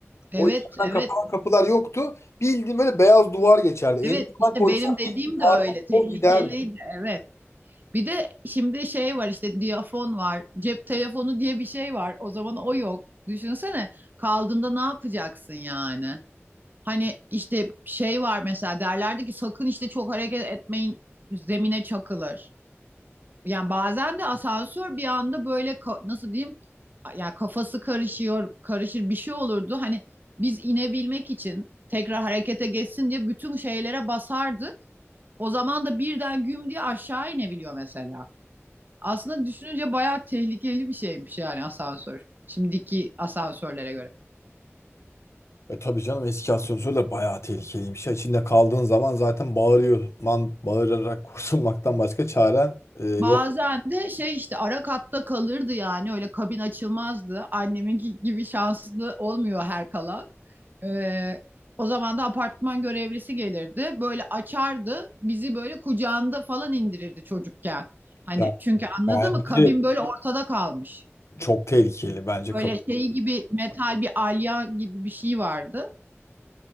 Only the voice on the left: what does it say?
O içeriden
kapanan kapılar yoktu. Bildiğin böyle beyaz duvar geçerdi. Elini
falan
koysan
bildiğin parmak
o giderdi.
E tabii canım eski asansörler bayağı tehlikeliymiş. ya. İçinde kaldığın zaman zaten bağırıyor. Man, bağırarak <laughs> kurtulmaktan başka çaren e, yok.
Ya,
bence
çok tehlikeli. Bence
kapı